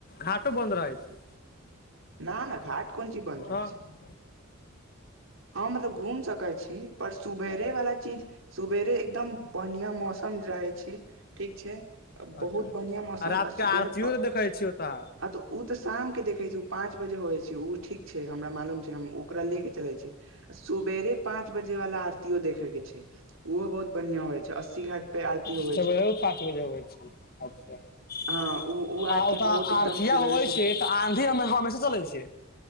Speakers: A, on the left (about 45°); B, on the right (about 70°).
A: घाटो बन्द रहइ छै
B: नऽ नऽ घाट कोन चीज बन्द
A: तऽ
B: रहै छै हँ मतलब घूम सकै छी पर सुबेरे वालला चीज सुवेरे एकदम बढ़िया मौसम रहे छै ठीक छै बहुत
A: अच्छा
B: बढ़िआं मौसम
A: आ रात के
B: सुबेरे
A: आरतियो देखै छियै ओतऽ
B: आ तऽ ओ तऽ शाम के देखे छै पाँंच बजे होइ छै ठीक छै हमरा मालूम छै हम ओकरा ले के चले छी सुबेरे पाँच बजे वाला आरतो देखे के छै ओहो बहुत बढ़िया होे छै अस्सी घाट पे आती हो
A: सर पाँच बजे होब छी अच्छा
B: हँ ओ आरती
A: आ ओत आरतीया
B: बहुत एकदम सुबेरे
A: होइ छै तऽ आँधी हमेशा चलै छै